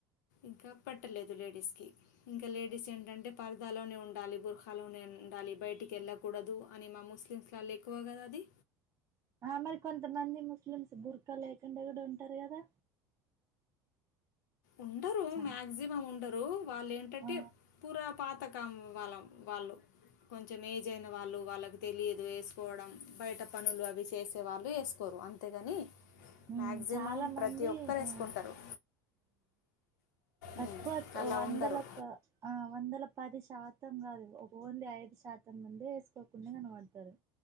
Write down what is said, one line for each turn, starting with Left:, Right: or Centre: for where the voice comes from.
Left: ఇంకా పెట్టలేదు లేడీస్ కి ఇంకా లేడీస్ ఏంటంటే పార్దలోనే ఉం డాలీ బుర్ఖాలోనేండాలి బయటికి వెళ్ళకూడదు అని మా ముస్లిమ్స్లో వాళ్ళు ఎక్కువ కదా అది
Right: ఆ మరి కొంతమంది ముస్లిమ్స్ బుర్కా లేకుండా కూడా ఉంటారు కదా
Left: ఉండరు
Right: చా
Left: మాక్సిమమ్ ఉం ఉండరు వాలెన్టంటే
Right: ఆ
Left: పూరా పాతకం వాళ్ళం వాళ్ళు కొంచెం ఏజ్ అయిన వాళ్ళు వాళ్ళకి తెలియదు వేసుకోవడం బయట పనులు అవి చేసే వాళ్ళు వేసుకోరు అంతేగాని
Right: ఉమ్
Left: మ్యాక్సిమం
Right: చాలా మంది
Left: ప్రతి ఒక్కరు వేసుకుంటారు
Right: ఆ తక్కువ
Left: ఉమ్, అలా
Right: వందల
Left: ఉండరు
Right: ఒక ఆ వందల పది శాతం కాదు ఒక ఓన్లీ ఐదు శాతం ముందే వేసుకోకుండా కనపడ్తారు